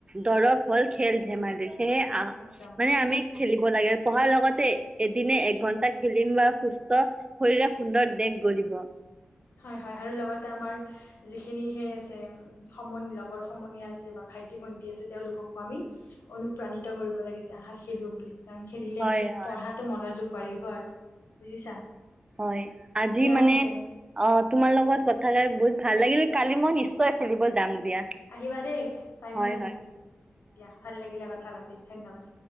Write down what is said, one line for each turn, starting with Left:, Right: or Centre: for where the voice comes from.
Right: দৰৱ হ'ল খেল ধেমালি সেয়ে
Left: একদম।
Right: মানে আমি খেলিব লাগে পঢ়াৰ লগতে এদিনে এঘন্টা খেলিম বা সুস্থ শৰীৰৰে সুন্দৰ দেশ গঢ়িব।
Left: হয় হয় আৰু লগতে আমাৰ যিখিনি সেই আছে সমন লগৰ সমনীয়া আছে বা ভাইটি ভন্টি আছে তেওঁলোককো আমি অনুপ্ৰাণিত কৰিব লাগিছে আহা খেলো বুলি। কাৰণ খেলিলে
Right: হয় হয়
Left: পঢ়াতো মনোযোগ বাঢ়িব আৰু বুজিছা
Right: হয় আজি
Left: দিয়া
Right: মানে
Left: পিছে
Right: অ' তোমাৰ লগত কথা কাৰ বহুত ভাল লাগিল। কালি মই নিশ্চয় খেলিব যাম দিয়া।
Left: আহিবা দেই টাইমত
Right: হয়
Left: আহিবা
Right: হয়
Left: কিন্তু দিয়া ভাল লাগিলে কথা পাতি ধন্যবাদ।